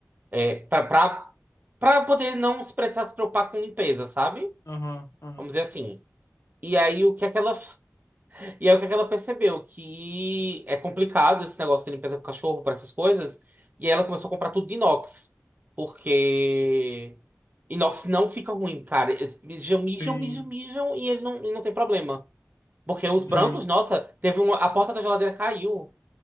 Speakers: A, on the right (about 35°); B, on the left (about 85°).
A: é, para para poder não se precisar se preocupar com limpeza, sabe?
B: Aham, aham.
A: Vamos dizer assim. E aí o que é que ela e aí o que é que ela percebeu? Que é complicado esse negócio de limpeza com cachorro para essas coisas. E aí ela começou a comprar tudo de inox. Porque inox não fica ruim, cara. Eles mijam, mijam,
B: Sim,
A: mijam, mijam e ele não, e não tem problema. Porque os
B: sim.
A: brancos, nossa, teve uma. A porta da geladeira caiu.